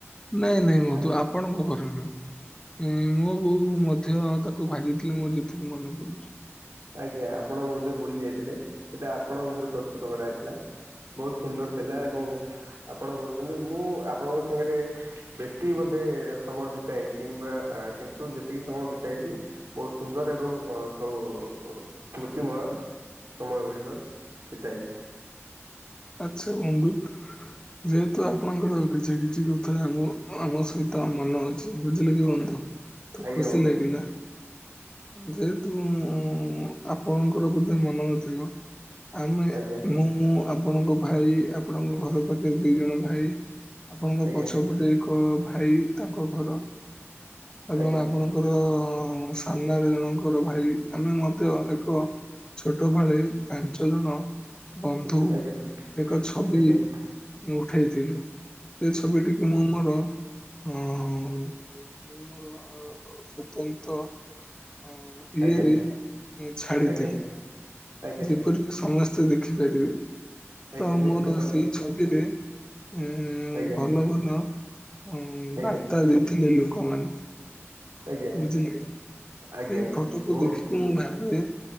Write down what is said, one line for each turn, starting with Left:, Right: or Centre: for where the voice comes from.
Left: ନାଇଁ ନାଇଁ ବନ୍ଧୁ
Right: ଆଜ୍ଞା।
Left: ଆପଣଙ୍କ ଘରେ ନୁହେଁ। ଉଁ ମୋ ବୋଉ ମଧ୍ୟ ତାକୁ ଭାଜିିଥିଲେ ମୋର ଯେତିକି ମନେ ପଡୁଚି।
Right: ଆଜ୍ଞା ଆପଣ ବୋଧେ ଭୁଲି ଯାଇଥିଲେ ସେଟା ଆପଣଙ୍କ ଘରେ ପ୍ରସ୍ତୁତ କରାହେଇଥିଲା। ବହୁତ ସୁନ୍ଦର ଥିଲା ଏବଂ ଆପଣ କହୁଚନ୍ତି ମୁଁ ଆପଣଙ୍କ ସାଙ୍ଗରେ ବେଶୀ ବୋଧେ ସମୟ ବିତାଇନି କିମ୍ବା କିନ୍ତୁ ଯେତିକି ସମୟ ବିତାଇଛି ବହୁତ ସୁନ୍ଦର ଏବଂ ସୁ ଅ ସ୍ମୃତିମୟ ସମୟ ଗୁଡ଼ିକ ବିତାଇଚି।
Left: ଆଚ୍ଛା ବନ୍ଧୁ। ଯେହେତୁ ଆପଣଙ୍କର କିଛି କିଛି କଥା ଆମ ଆମ ସହିତ ଅମଲ ଅଛି ବୁଝିଲେ କି ବନ୍ଧୁ। ତୁ
Right: ଆଜ୍ଞା
Left: ଖୁସି
Right: ବନ୍ଧୁ
Left: ଲାଗିଲା ଯେହେତୁ ମୁ ଆପଣଙ୍କର ବୋଧେ ମନ ନଥିବ ଆମେ
Right: ଆଜ୍ଞା
Left: ମୁଁ ମୋ ଆପଣଙ୍କ ଭାଇ ଆପଣଙ୍କ ଘର ପାଖରେ ଦୁଇ ଜଣ ଭାଇ ଆପଣଙ୍କ
Right: ଆଜ୍ଞା
Left: ପଛପଟେ ଙ୍କ ଭାଇ ତାଙ୍କ ଘର ଏବଂ
Right: ଆଜ୍ଞା
Left: ଆପଣଙ୍କର ଙ୍କ ସାମ୍ନାରେ ଜଣଙ୍କର ଭାଇ ଆମେ ମଧ୍ୟ ଏକ ଛୋଟ ବେଳେ ପାଞ୍ଚ ଜଣ ବନ୍ଦ
Right: ଆଜ୍ଞା
Left: ଏକ ଛବି
Right: ଆଜ୍ଞା
Left: ମୁ ଉଠେଇଥିଲୁ। ସେ ଛବିଟିକୁ ମୁଁ ମୋର ଅଁ ମୁଁ ମୋର ସୁତନ୍ତ ଅ ଇଏରେ
Right: ଆଜ୍ଞା
Left: ଛାଡିଥିଲି
Right: ଆଜ୍ଞା ଆଜ୍ଞା ଆଜ୍ଞା
Left: ଯେପରି କି ସମସ୍ତ ସ୍ତେ ଦେଖିପାରିବେ
Right: ଆଜ୍ଞା
Left: ତ
Right: ନିଶ୍ଚିନ୍ତ
Left: ମୁଁ ତ ସେଇ ଛବିରେ ଉଁ ଉଁ
Right: ଆଜ୍ଞା
Left: ଭଲ, ଭଲ ଉଁ
Right: ଆଜ୍ଞା
Left: ବାର୍ତ୍ତା ଦେଇଥିଲେ ଲୋକମାନେ।
Right: ଆଜ୍ଞା
Left: ବୁଝିଲେ ଆଜ୍ଞା,
Right: ଆଜ୍ଞା
Left: ସେଇ ଫଟୋକୁ
Right: ବହୁତ
Left: ଦେଖିକି ମୁଁ ଭାବେ